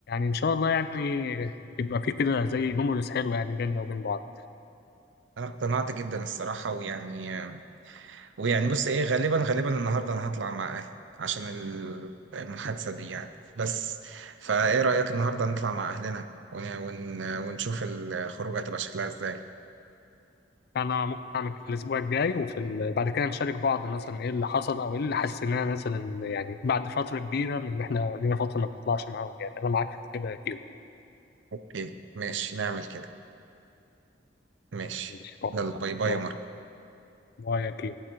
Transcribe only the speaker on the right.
انا اقتنعت جدا الصراحة ويعني ويعني بص ايه غالبا غالبا النهاردة انا هطلع مع اهلي عشان ال- المحادثة دي يعني بس فايه رأيك النهاردة نطلع مع اهلنا ون... ون... ونشوف الخروج هتبقى شكلها ازاي
اوكي ماشي نعمل كده ماشي
يلا باي باي
يا مارك